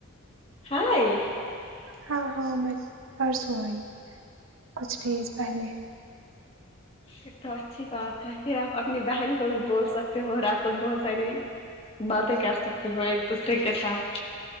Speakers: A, on the left; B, on the right.
A: ہائے
B: ہاں ہاں میں پرسوں آئی کچھ ڈیز پہلے
A: یہ تو اچھی بات ہے پھر آپ اپنی بہن کو بھی بول سک تے ہو اور آپ لوگ بہت ساری باتیں کر سکتے ہو ایک دوسرے کے ساتھ